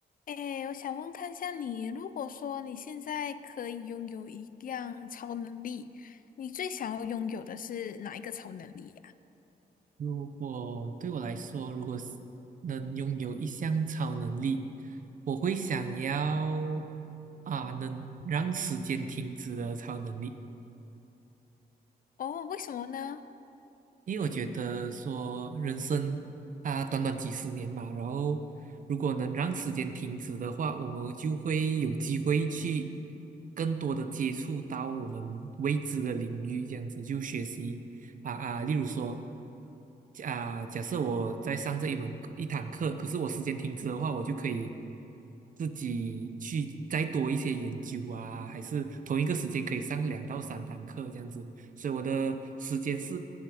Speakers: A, on the left (about 55°); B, on the right (about 50°).
A: 诶，我想问看一下你，如果说你现在可以拥有一样超能力，你最想要拥有的是哪一个超能力呀？
B: 如果对我来说，如果是能拥有一项超能力，我会想要啊，能让时间停止的超能力，
A: 哦，为什么呢？
B: 因为我觉得说人生啊，短短几十年嘛，然后如果能让时间停止的话，我们就会有机会去更多的接触到我们未知的领域，这样子就学习啊啊，例如说。假假设我在上这一门课一堂课，可是我时间停止的话，我就可以自己去再多一些研究啊，还是同一个时间可以上两到三堂课这样子，所以我的时间是